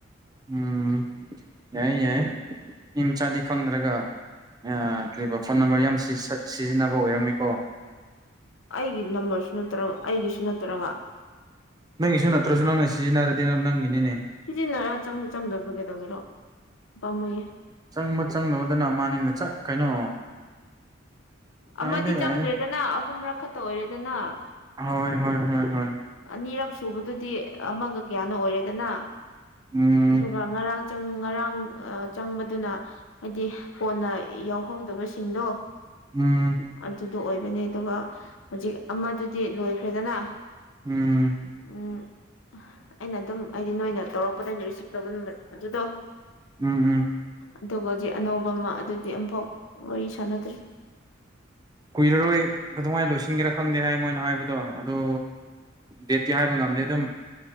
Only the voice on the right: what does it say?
ꯎꯝ ꯌꯥꯏꯌꯦ ꯌꯥꯏꯌꯦ ꯃꯤ ꯃꯆꯥꯗꯤ ꯈꯪꯗ꯭ꯔꯒ ꯑꯥ ꯀꯔꯤꯕ ꯐꯣꯟ ꯅꯝꯕꯔ ꯌꯥꯝ ꯁꯤ ꯁꯠ ꯁꯤꯖꯤꯟꯅꯕ ꯑꯣꯏꯔꯝꯅꯤꯀꯣ
ꯅꯪꯒꯤꯁꯨ ꯅꯠꯇ꯭ꯔꯁꯨ ꯅꯪꯅ ꯁꯤꯖꯤꯟꯅꯔꯗꯤ ꯅꯪꯒꯤꯅꯤꯅꯦ
ꯆꯪꯕ ꯆꯪꯗꯕꯗꯨꯅ ꯑꯃꯅꯤꯅ ꯆꯥ ꯀꯩꯅꯣ ꯌꯥꯏꯗ
ꯌꯥꯏꯗ
ꯍꯣꯏ ꯍꯣꯏ ꯍꯣꯏ ꯍꯣꯏ
ꯎꯝ
ꯎꯝ
ꯎꯝ
ꯎꯝ ꯎꯝ
ꯀꯨꯏꯔꯔꯣꯏ ꯀꯩꯗꯧꯉꯩ ꯂꯣꯏꯁꯤꯟꯒꯦꯔ ꯈꯪꯗꯦ ꯍꯥꯏ ꯃꯣꯏꯅ ꯍꯥꯏꯕꯗꯣ ꯑꯗꯨ ꯗꯦꯠꯇꯤ ꯍꯥꯏꯕ ꯉꯝꯗꯦ ꯑꯗꯨꯝ